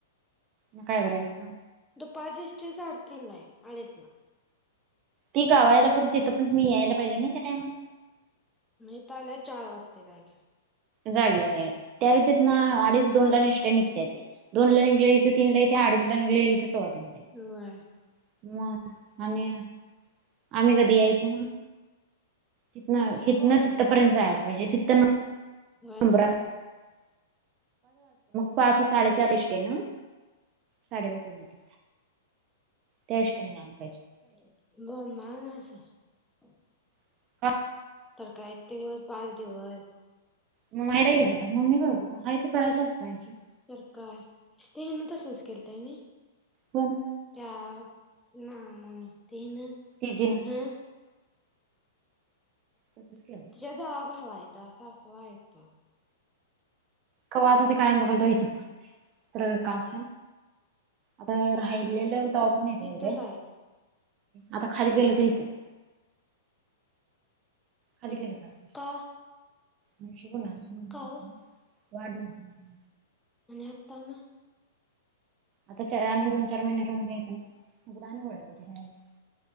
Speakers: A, on the right; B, in the centre.
A: ना काय करायचं सांग
B: दुपारची एस टी सारखी नाही... आडीचला...
A: ती गावाला तिथं पण मी यायला पाहिजे ना त्या टाईमात
B: मी तर आले चार वाजता जागेवर....
A: जाग्यावर यायले त्या तिथनं अडीच दोन ला एसटी नि.... त्या त्या... दोनला निघाले त तीन ला येते अडीच....
B: होय
A: <unintelligible> मग आणि..... आम्ही कधी यायचं म... तिथंन
B: सासू
A: इथन
B: बोंबाबोंब
A: तिथपर्यंत जायला पाहिजे तिथंन
B: होयच
A: <unintelligible> मग
B: की
A: पहाटे साडेचार ची एसटी हाय ना.......... साडेपाच पर्यंत त्या एसटीने आलो....
B: <unintelligible>
A: <unintelligible>
B: तर काय इतके दिवस पाच दिवस.....
A: मी माहेरा गेली का मम्मीकड बघा... आहे तर करायलाच पाहिजे....
B: तर काय त्यानं तसंच केलताय ना
A: पण
B: त्या ना मम... त्यानं
A: तिजी
B: हा...
A: तसंच केलं
B: तुझ्या जावा भावा हायता... <unintelligible>
A: कवा आता ते कायम बघाल तवा इथंच असतय तर काम हाय आता राहिलेलं..... तवापासून इथेच
B: इथच
A: होते...
B: आहेत
A: आता खाली गेल तरी इथंच खाली गेलय <unintelligible>
B: का
A: नशीबवान हाय
B: का हो
A: <unintelligible>
B: आणि आत्ता ना
A: आता आनि चा दोन चार महिने राहून जायचं मग आणि गोळया घ्यायचं <inaudible>